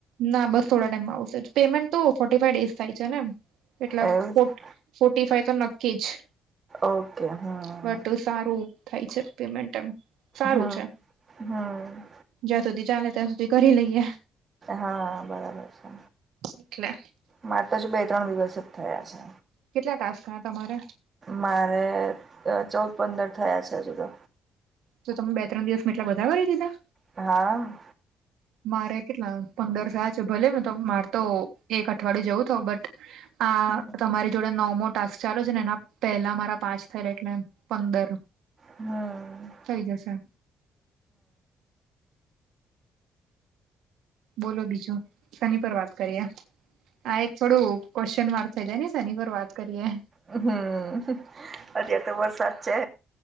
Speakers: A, on the right; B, on the right.
A: ના બસ થોડા ટાઈમમાં આવશે જ પેમેન્ટ તો ફોર્ટી ફાઈવ ડેઝ થાય છે નેમ એટલા
B: એવું
A: ફો
B: છે.
A: ફોર્ટી ફાઈ તો નક્કી જ.
B: Okay hmm.
A: બટ સારું થાય છે પેમેન્ટ એમ. સારું
B: હા
A: છે
B: હા.
A: જ્યાં સુધી ચાલે ત્યાં સુધી કરી લઈએ.
B: હા બરાબર છે.
A: એટલે.
B: મારે તો હજુ બે ત્રણ દિવસ જ થયા છે.
A: કેટલા ટાસ્ક થયા તમાર.
B: મારે અત્યારે ચૌદ પંદર થયા છે હજુ તો.
A: તો તમે બે ત્રણ દિવસમાં એટલા બધા કરી દીધા.
B: હા.
A: મારે કેટલા પંદર થયા છે ભલે મે તો માર તો એક અઠવાડયું જવું થયું બટ આ
B: હમ
A: તમારી જોડે નવમો ટાસ્ક ચાલે છે ને એના પહેલા મારા પાંચ થયેલા એટલે પંદર.
B: હમ્મ.
A: થઈ જશે. બોલો બીજું સેની પર વાત કરીએ. આ એક થોડું ક્યુએશન માર્ક થઇ જાય ને શેની પર વાત કરીએે.
B: હમ હમ્મ અત્યારે તો વરસાદ છે.